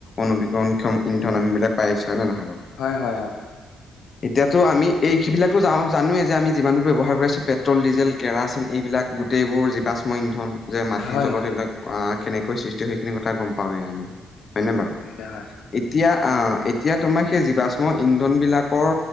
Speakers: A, on the left (about 40°); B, on the left (about 75°).
A: অনবীকৰণ ক্ষম ইন্ধন আমিবিলাক পাই আছো হয় নে নহয় বাৰু?
B: হয় হয়, অ।
A: এতিয়াতো আমি এই সিবিলাকতো যা অ জানোৱেই যে আমি যিমানবোৰ ব্যৱহাৰ কৰি আছোঁ পেট্ৰল, ডিজেল, কেৰাচিন এইবিলাক গোটেইবোৰ জীৱাশ্ম ইন্ধন। যে মাটিৰ
B: হয়
A: তলত এইবিলাক আহ কেনেকৈ সৃষ্টি হয় সেইখিনি কথা গম পাওৱে আমি। হয় নে বাৰু?
B: হয় হয়
A: এতিয়া আহ এতিয়া তোমাৰ সেই জীৱাশ্ম ইন্ধন বিলাকৰ